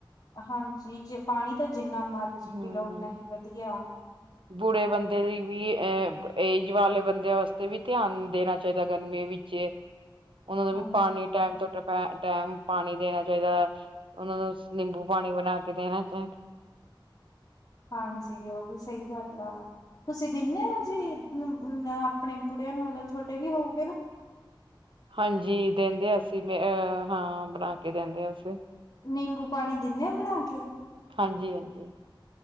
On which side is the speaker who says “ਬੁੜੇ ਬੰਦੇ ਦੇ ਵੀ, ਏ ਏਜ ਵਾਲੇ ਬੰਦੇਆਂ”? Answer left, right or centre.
Right